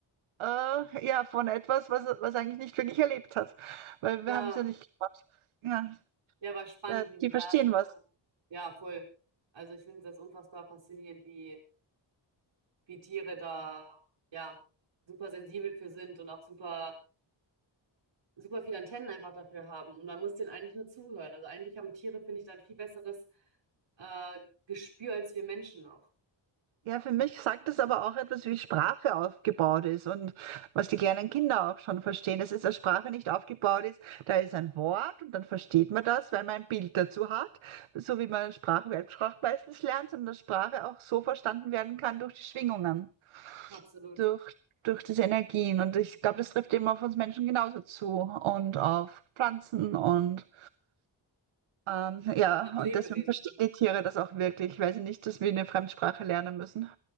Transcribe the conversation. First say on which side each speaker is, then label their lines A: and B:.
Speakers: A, on the right; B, on the right.
A: äh, ja, von etwas, was er, was er eigentlich nicht wirklich erlebt hat. Weil
B: Ja,
A: wir haben es ja nicht gemacht. Ja,
B: ja, war spannend,
A: ja,
B: wie die
A: die
B: da
A: verstehen
B: so,
A: was.
B: ja, voll. Also ich finde das unfassbar faszinierend, wie, wie Tiere da, ja, super sensibel für sind und auch super, super viele Antennen einfach dafür haben. Und man muss denen eigentlich nur zuhören. Also eigentlich haben Tiere, finde ich, dann viel besseres äh, Gespür als wir Menschen noch.
A: Ja, für mich sagt das aber auch etwas, wie Sprache aufgebaut ist und was die kleinen Kinder auch schon verstehen, dass es als Sprache nicht aufgebaut ist. Da ist ein Wort und dann versteht man das, weil man ein Bild dazu hat, so wie man Sprache, Weltsprache meistens lernt, sondern dass Sprache auch so verstanden werden kann durch die Schwingungen,
B: Absolut.
A: durch, durch diese Energien. Und ich glaube, das trifft eben auf uns Menschen genauso zu und auf Pflanzen und ähm, ja,
B: Vor allem Lebewesen.
A: und deswegen verstehen die Tiere das auch wirklich, weil sie nicht dass wir eine Fremdsprache lernen müssen.